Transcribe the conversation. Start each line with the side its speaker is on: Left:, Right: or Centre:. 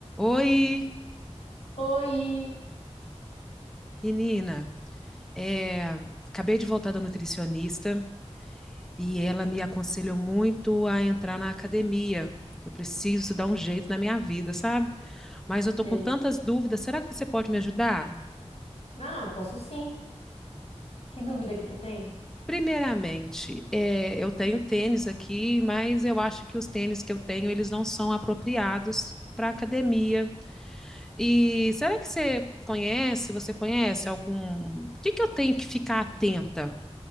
Centre: Oi,
Left: Oi!
Centre: menina. É, acabei de voltar da nutricionista e ela me aconselhou muito a entrar na academia. Eu preciso dar um jeito na minha vida, sabe? Mas eu tô
Left: Sei.
Centre: com tantas dúvidas. Será que você pode me ajudar?
Left: Ah, posso sim. Que dúvida que tu tem?
Centre: Primeiramente, é, eu tenho tênis aqui, mas eu acho que os tênis que eu tenho, eles não são apropriados para academia. E será que você conhece, você conhece algum... O que que eu tenho que ficar atenta?